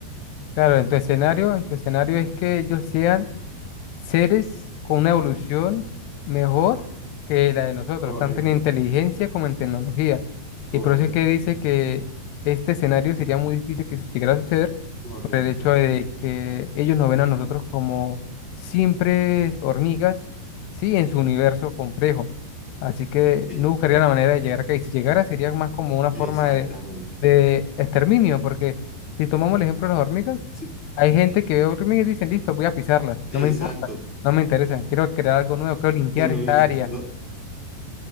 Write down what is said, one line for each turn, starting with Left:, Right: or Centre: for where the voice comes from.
Left: claro, en tu escenario, en tu escenario es que ellos sean seres con una evolución mejor que la de nosotros,
Centre: Correcto,
Left: tanto en inteligencia como en tecnología.
Centre: correcto.
Left: Y por eso es que dice que este escenario sería muy difícil que llegara a suceder
Centre: Correcto.
Left: por el hecho de que ellos nos ven a nosotros como simples hormigas, sí, en su universo complejo. Así que
Centre: Eh,
Left: no buscaría la manera de llegar acá. Y si llegara sería más como una
Centre: exactamente.
Left: forma de, de exterminio, porque si tomamos el ejemplo de las hormigas,
Centre: Sí,
Left: hay gente que ve hormigas y dicen, listo, voy a pisarlas,
Centre: exacto.
Left: no me importa. No me interesa, quiero crear algo nuevo, quiero limpiar
Centre: Tú lo
Left: esta
Centre: dices.
Left: área.
Centre: Lo,